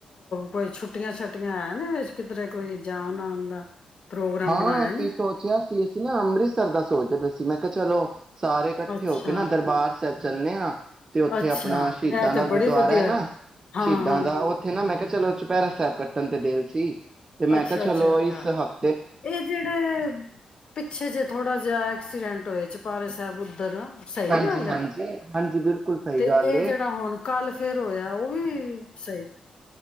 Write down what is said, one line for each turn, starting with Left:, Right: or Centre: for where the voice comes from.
Left: ਕੋਈ ਛੁੱਟੀਆਂ ਛੁੱਟੀਆਂ ਹੈ ਨੀ ਕਿਧਰੇ ਕੋਈ ਜਾਣ ਆਉਣ ਦਾ ਪ੍ਰੋਗਰਾਮ
Right: ਹਾਂ
Left: ਬਣਾਇਆ
Right: ਅਸੀਂ
Left: ਨੀ
Right: ਸੋਚਿਆ ਸੀ ਅਸੀਂ ਨਾ ਅੰਮ੍ਰਿਤਸਰ ਦਾ ਸੋਚਦੇਸੀ ਮੈਂ ਚਲੋ ਸਾਰੇ ਇਕੱਠੇ
Left: ਅੱਛਾ
Right: ਹੋ ਕੇ ਨਾ ਦਰਬਾਰ ਸਹਿ ਚੱਲੇ ਹਾਂ ਤੇ ਉੱਥੇ
Left: ਅੱਛਾ
Right: ਆਪਣਾ ਸ਼ਹੀਦਾਂ
Left: ਇਹ ਤੇ
Right: ਦਾ ਗੁਰਦੁਆਰਾ
Left: ਬੜੀ ਵਧੀਆ
Right: ਹੈ ਨਾ
Left: ਹਾਂ
Right: ਸ਼ਹੀਦਾਂ
Left: ਹਾਂ
Right: ਦਾ ਉੱਥੇ ਨਾ ਮੈਂ ਕਹਿੰ ਚਲੋ ਚੁਪਹਿਰਾ ਸਾਹਿਬ ਕੱਟਣ ਤੇ ਦਿਲ ਸੀ ਤੇ ਮੈਂ
Left: ਅੱਛਾ
Right: ਕਿਹਾ ਚਲੋ
Left: ਅੱਛਾ ਅੱਛਾ
Right: ਇਸ ਹਫ਼
Left: ਇਹ ਜਿਹੜੇ ਪਿੱਛੇ ਜੇ ਥੋੜਾ ਜਿਹਾ ਐਕਸੀਡੈਂਟ ਆਟੋ ਚ ਪਾ ਸਹਿਬ ਉੱਧਰ ਸਹੀ
Right: ਹਾਂਜੀ
Left: ਗੱਲ
Right: ਹਾਂਜੀ
Left: ਹੈ
Right: ਹਾਂਜੀ ਬਿਲਕੁਲ ਸਹੀ
Left: ਤੇ
Right: ਗੱਲ
Left: ਇਹ
Right: ਏ
Left: ਜਿਹੜਾ ਹੁਣ ਕੱਲ ਫੇਿਰ ਹੋਇਆ ਉਹ ਵੀ ਸਹੀ